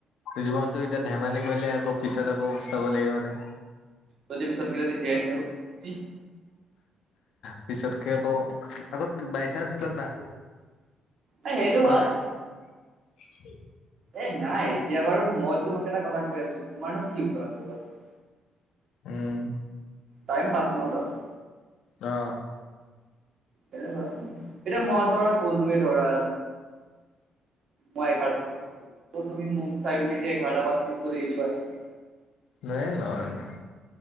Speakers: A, on the left (about 80°); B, on the right (about 55°).
A: জীৱনটো এতিয়া ধেমালি কৰিলে আকৌ পিছত আকৌ পচতাব লাগিব যে
B: যদি পিছতকে যদি জীয়াই নাথাকো কি
A: পিছতকে আকৌ আকৌ বাইচেন্স ত না
B: অ সেইটো
A: কাৰ
B: হল
A: <unintelligible>
B: এ নাই এতিয়া বাৰু মই তোমাক এটা কথা কৈ আছো তোমাৰনো কি লোকচান আছে কোৱাচোন
A: উম
B: টাইম পাছ নহ দষ্ট
A: অ
B: তেনেকুৱা এতিয়া মই ধৰা কলোৱে ধৰা মই এঘাৰ তাৰিখে পঢ়িম অ তুমি মোক চাই পিনি কি এঘাৰটা পা স্কুল এৰি দিবা নেকি
A: নাই নোৱাৰো